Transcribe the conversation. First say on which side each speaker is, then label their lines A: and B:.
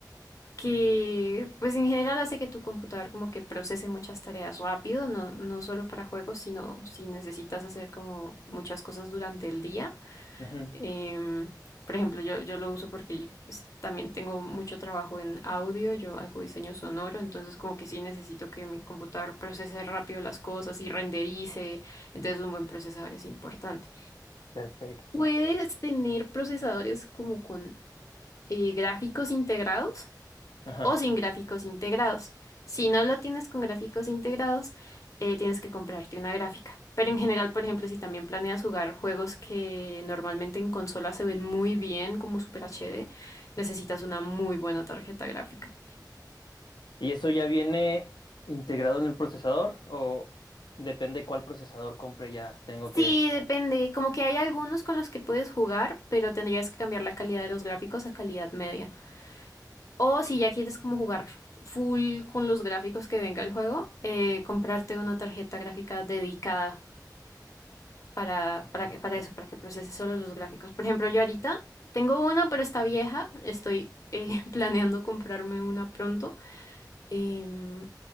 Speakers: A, on the left (about 45°); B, on the left (about 80°).
A: que, pues en general hace que tu computador como que procese muchas tareas rápido, no, no solo para juegos, sino si necesitas hacer como muchas cosas durante el día.
B: Ujú,
A: Em, por ejemplo, yo, yo lo uso porque pues, también tengo mucho trabajo en audio, yo hago diseño sonoro, entonces como que sí necesito que mi computador procese rápido las cosas y renderice, entonces un buen procesador es importante.
B: perfecto.
A: ¿Puedes tener procesadores como con eh, gráficos integrados?
B: Ajá.
A: o sin gráficos integrados. Si no lo tienes con gráficos integrados, eh, tienes que comprarte una gráfica. Pero en general, por ejemplo, si también planeas jugar juegos que normalmente en consola se ven muy bien como Super HD, necesitas una muy buena tarjeta gráfica.
B: ¿Y eso ya viene integrado en el procesador o depende cuál procesador compre ya? Tengo que...
A: Sí, depende. Como que hay algunos con los que puedes jugar, pero tendrías que cambiar la calidad de los gráficos a calidad media. O si ya quieres como jugar full con los gráficos que venga el juego, eh, comprarte una tarjeta gráfica dedicada para, para,
B: Ok.
A: que- para eso, para que procese solo los gráficos. Por ejemplo, yo ahorita tengo una, pero está vieja. Estoy eh, <laughs> planeando comprarme una pronto, em,